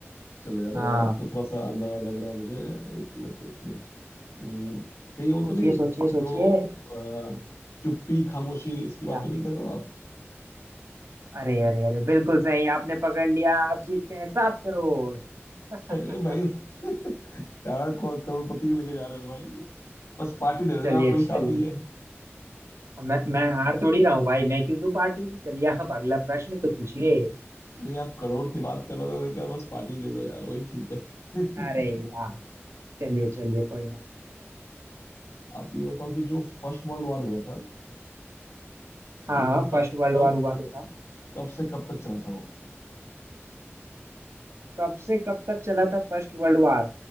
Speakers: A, on the left (about 85°); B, on the right (about 80°).
A: चलो यार
B: हाँ
A: अब तो थोड़ा सा अंदाजा लग रहा है मुझे एक मिनट एक मिनट हम्म, कहीं वो
B: सोचिए
A: तो नहीं
B: सोचिए सोचिए
A: जो अ, चुप्पी खामोशी इसकी बात
B: क्या
A: तो नहीं कर रहे हो आप
B: अरे अरे अरे बिल्कुल सही आपने पकड़ लिया आप जीतते हैं सात करोड़ <laughs>
A: अरे भाई <laughs> क्या को- करोड़पति में लेके जा रहे हो भाई बस पार्टी दे देना
B: चलिए
A: आप वही काफी
B: चलिए
A: है
B: मैं मैं हार थोड़ी रहा हूँ भाई मैं क्यों दूं पार्टी चलिए आप अगला प्रश्न तो पूछिए
A: नहीं आप करोड़ की बात कर रहे थे मैं क्या बस पार्टी दे दो यार वही ठीक है
B: अरे यार
A: <laughs>
B: चलिए चलिए कोई ना
A: आप ये बताओ कि जो फर्स्ट वर्ल्ड वॉर हुआ था
B: हाँ
A: वो
B: हाँ
A: कब
B: फर्स्ट वर्ल्ड
A: कब
B: वार हुआ तो था
A: कब से कब तक चला था वो
B: कब से कब तक चला था फर्स्ट वर्ल्ड वार